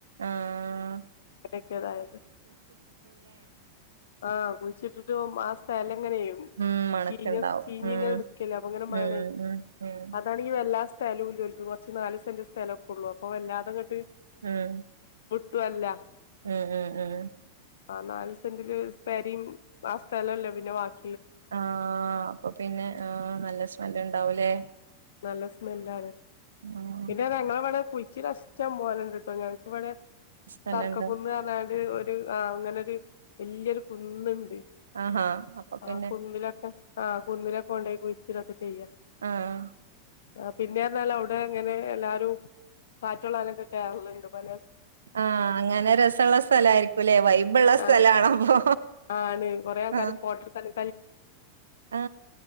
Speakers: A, on the right; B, on the left.
A: ആഹ
B: ക്കതായത് ആഹ കുഴിച്ചിട്ടിട്ട് ഒരുമാസ എല അനെയ
A: ഉം മണക്കുണ്ടാവും
B: ചീഞ്ഞ്
A: ഉം
B: ഇങ്ങനെ നിക്കല്ലേ അപ്പ ഇങ്ങനെ മണേ
A: ഉം ഉം ഉം
B: അതാണെങ്കി വല്ലാ സ്ഥലുല്ല കൊർച് നാല് സെന്റ് സ്ഥലൊക്കെ ഉള്ളൂ അപ്പൊ എല്ലാ ത ങ്ങെട്ട്
A: ഉം
B: ഒട്ടും അല്ല
A: ഉം ഉം ഉം
B: ആ നാല് സെന്റില് പെരിം ആ സ്ഥലല്ലേ പിന്നൊ ബാക്കി
A: ആ അപ്പൊ പിന്നെ ആ നല്ല സ്മെല് ഉണ്ടാവൂലേ
B: നല്ല സ്മെല്ലാണ്
A: ആഹ്
B: പിന്നെ ങ്ങളവ്ടെ കുയിച്ചിടാൻ ഇസ്ട്ടം പോലെണ്ട് ട്ടൊ ഞങ്ങൾക്കവിടെ
A: സ്ഥലണ്ട്
B: തർക്കക്കുന്ന് ന്ന് പറഞ്ഞാണ്ട് ആ അങ്ങനെ ഒരു വലിയൊരു കുന്നുണ്ട്
A: ആഹാ അപ്പൊ
B: ആ
A: പിന്നെ
B: കുന്നിലൊക്കെ ആ കുന്നിലൊക്കെ കൊണ്ടോയി കുയി ച്ചിടൊക്കെ ചെയ്യുക
A: ആഹ
B: ആ പിന്നേർഞ്ഞാല് അവിടെ അങ്ങനെ എല്ലാരും കാറ്റൊള്ളാനൊക്കെ കേറല്ണ്ട് പല
A: ആ അങ്ങനെ രസയുള്ള സ്ഥലയിരിക്കൂല്ലേ വൈബുള്ള സ്ഥലയാണപ്പോ
B: ആഹ് ആണ് കൊറേ ആൾക്കാര്
A: ആ
B: ഫോട്ടോ എടുക്കാന്
A: ആ